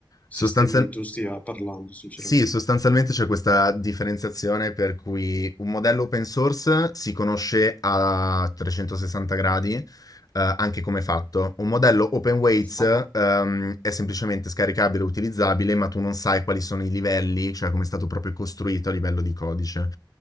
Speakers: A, on the left; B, on the left.
A: sistemi
B: Sostanzial-
A: tu stia parlando, sinceramente.
B: sì, sostanzialmente c'è questa differenziazione per cui un modello open source si conosce a 360 gradi eh, anche come fatto. Un modello open weights
A: Ah-ah,
B: ehm, è semplicemente scaricabile
A: ho capito.
B: e utilizzabile, ma tu non sai quali sono i livelli, cioè come è stato proprio costruito a livello di codice.